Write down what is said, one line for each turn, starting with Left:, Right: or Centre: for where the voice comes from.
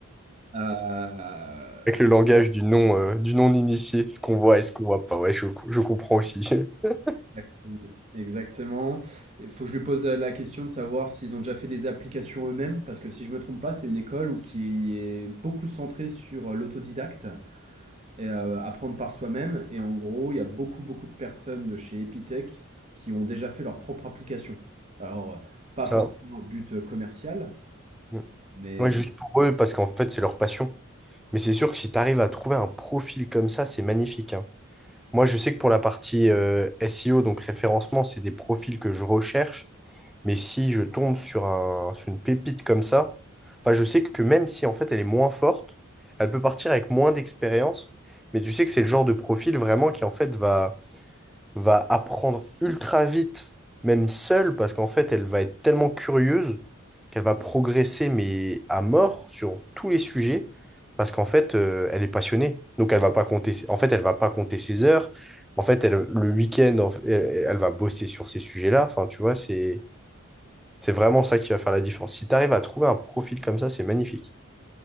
Right: Euh,
Centre: Avec le langage du non, euh, du non initié, ce qu'on voit et ce qu'on voit pas. Ouais, je, je comprends aussi <laughs>
Right: Exactement. Exactement. Il faut que je lui pose la la question de savoir s'ils ont déjà fait des applications eux-mêmes, parce que si je me trompe pas, c'est une école où qui est beaucoup centrée sur euh, l'autodidacte et euh, apprendre par soi-même. Et en gros, il y a beaucoup, beaucoup de personnes de chez Epitech qui ont déjà fait leur propre application. Alors, euh, pas
Centre: ça.
Right: forcément à but euh, commercial,
Centre: Mm.
Right: mais
Centre: Ouais, juste pour eux parce qu'en fait c'est leur passion. Mais c'est sûr que si tu arrives à trouver un profil comme ça, c'est magnifique. hein. Moi, je sais que pour la partie euh, SEO, donc référencement, c'est des profils que je recherche. Mais si je tombe sur un, sur une pépite comme ça, enfin, je sais que même si en fait elle est moins forte, elle peut partir avec moins d'expérience. Mais tu sais que c'est le genre de profil vraiment qui en fait va va apprendre ultra vite, même seule, parce qu'en fait, elle va être tellement curieuse qu'elle va progresser, mais à mort, sur tous les sujets, parce qu'en fait, euh, elle est passionnée. Donc, elle va pas compter, en fait, elle va pas compter ses heures. En fait, elle, le week-end, en fait, elle, elle va bosser sur ces sujets-là. Enfin, tu vois, c'est, c'est vraiment ça qui va faire la différence. Si tu arrives à trouver un profil comme ça, c'est magnifique.